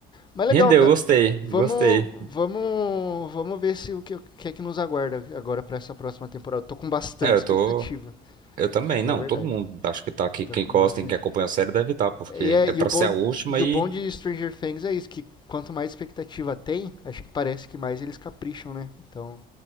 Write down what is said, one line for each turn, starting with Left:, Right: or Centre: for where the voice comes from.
Left: Mas legal,
Right: Rendeu,
Left: cara.
Right: gostei,
Left: Vamos.
Right: gostei.
Left: Vamos. Vamos ver se o que, o que é que nos aguarda agora pra essa próxima temporada. Tô com bastante
Right: É, eu
Left: expectativa,
Right: tô.
Left: pra
Right: Eu também.
Left: falar
Right: Não,
Left: a verdade.
Right: todo mundo acho que tá aqui.
Left: Tô
Right: Quem
Left: com
Right: gosta,
Left: bastante.
Right: quem acompanha a série deve estar, porque
Left: E, é,
Right: é
Left: e,
Right: pra
Left: o bom,
Right: ser a última
Left: e
Right: e
Left: o bom de Stranger Things é isso, que quanto mais expectativa tem, acho que parece que mais eles capricham, né? Então.